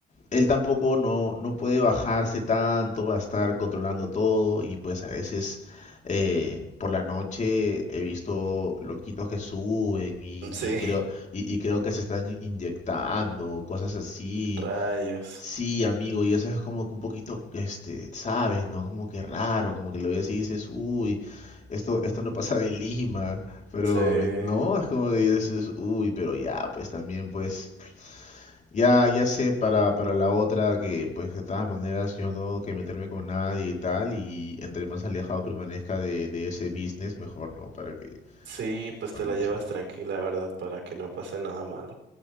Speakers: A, on the left (about 35°); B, on the right (about 70°).
A: él tampoco no, no puede bajarse tanto a estar controlando todo y pues a veces eh, por la noche he visto loquitos que suben y,
B: Mm, Sí.
A: y creo,
B: <laughs>
A: y, y creo que se están inyectando, cosas así.
B: Rayos.
A: Sí, amigo, y eso es como que un poquito, este, sabes, ¿no? Como que raro, como que lo ves y dices, uy, esto, esto no pasa de Lima, pero
B: Sí.
A: no, es como que dices, uy, pero ya, pues también pues ya, ya sé para, para la otra que pues de todas maneras yo no tengo que meterme con nadie y tal y entre más alejado permanezca de, de ese business mejor, ¿no? Para que,
B: Sí, pues
A: para
B: te
A: que
B: la
A: no
B: llevas
A: pase nada.
B: tranquila, ¿verdad? Para que no pase nada malo.